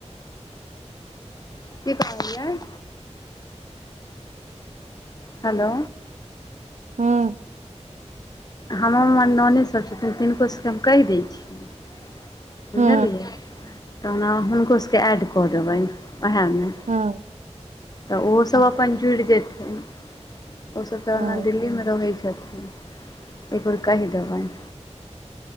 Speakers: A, on the left; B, on the right.
A: की कहलियई हेलो
B: हं
A: हममर ननैद सब छथिन तीनको सबके हम कहि दै छियै बुझलियै
B: हूँ
A: तऽ ओना हुनको सभके ऐड कऽ देबनि उएहमे
B: हूँ
A: तऽ ओहोसभ अपन जुड़ि जेथिन ओसभ तऽ
B: हूँ
A: ओना दिल्लीमे रहै छथिन एक बेर कहि देबनि